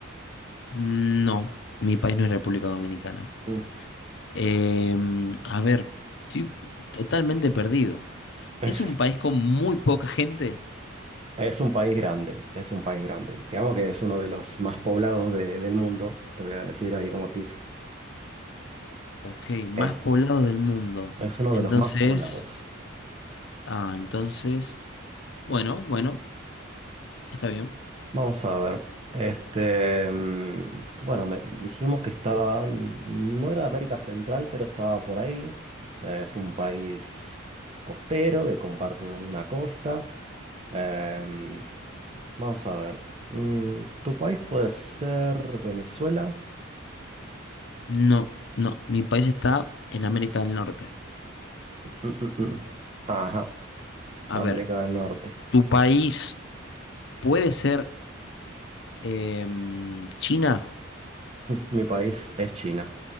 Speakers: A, on the left; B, on the right.
A: Mm, No, mi país no es República Dominicana.
B: Mm,
A: Eh, mm, a ver, estoy totalmente perdido.
B: es-
A: Es un país con muy poca gente,
B: Es un país grande, es un país grande. Digamos que es uno de los más poblados de- del mundo. Te voy a decir ahí como tip.
A: ok, más
B: Es,
A: poblado del mundo.
B: es uno
A: Entonces,
B: de los más poblados.
A: ah, entonces... Bueno, bueno, está bien.
B: Vamos a ver. Este, mm, bueno, me- dijimos que estaba, no era de América Central, pero estaba por ahí. Eh, es un país costero que comparte un- una costa. Em, vamos a ver. Mm, ¿tu país puede ser Venezuela?
A: No, no, mi país está en América del Norte.
B: Mm, mm, mm. Ajá,
A: A
B: América
A: ver,
B: del Norte.
A: ¿tu país puede ser em, China?
B: Mi país es China.